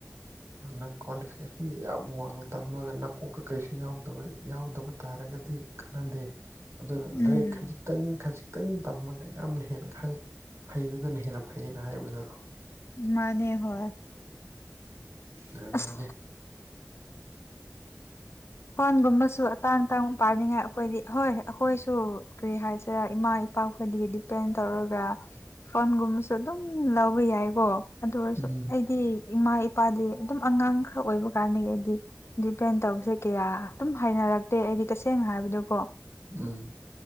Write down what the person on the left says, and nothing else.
ꯎꯝ
ꯃꯥꯅꯦ ꯍꯣꯏ
ꯑꯁ ꯐꯣꯟꯒꯨꯝꯕꯁꯨ ꯑꯇꯥꯡ ꯇꯥꯡꯕꯛ ꯄꯥꯅꯤꯡꯉꯥꯏ ꯑꯩꯈꯣꯏꯗꯤ ꯍꯣꯏ ꯑꯩꯈꯣꯏꯁꯨ ꯀꯔꯤ ꯍꯥꯏꯁꯤꯔꯦ ꯏꯃꯥ ꯏꯄꯥ ꯈꯣꯏꯗꯒꯤ ꯗꯤꯄꯦꯟ ꯇꯧꯔꯒ ꯐꯣꯟꯒꯨꯝꯕꯁꯨ ꯑꯗꯨꯝ ꯂꯧꯕ ꯌꯥꯏꯀꯣ ꯑꯗꯨ ꯑꯣꯏꯔꯁꯨ
ꯑꯩꯗꯤ ꯏꯃꯥ ꯏꯄꯥꯗꯤ ꯑꯗꯨꯝ ꯑꯉꯥꯡ ꯈꯔ ꯑꯣꯏꯕ ꯀꯥꯟꯅꯤ ꯍꯥꯏꯗꯤ ꯗꯤꯄꯦꯟ ꯇꯧꯁꯦ ꯀꯌꯥ ꯑꯗꯨꯝ ꯍꯥꯏꯅꯔꯛꯇꯦ ꯑꯩꯗꯤ ꯇꯁꯦꯡꯅ ꯍꯥꯏꯕꯗꯨ ꯀꯣ